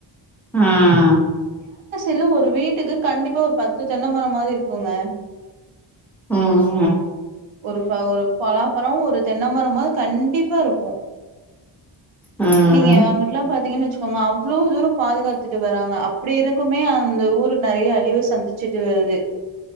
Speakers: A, in the centre; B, on the right (about 85°).
A: ஆஹ்
B: இல்ல ஒரு வீட்டுக்கு கண்டிப்பா ஒரு பத்து தென்னைமரம் மாது இருக்குங்க
A: உம்
B: ஒரு ஒரு பலாமரம் ஒரு தென்னை மரம்மாது கண்டிப்பா இருக்கும்
A: ம்
B: நீங்க அங்குடுலாம் பாத்தீங்கன்னு வச்சு அவுங்க அவ்ளோ தூரம் பாதுகாத்துட்டு வராங்க இப்படி இருக்குமே அந்த ஊரு நெறைய அழிவ சந்திச்சுட்டு வருது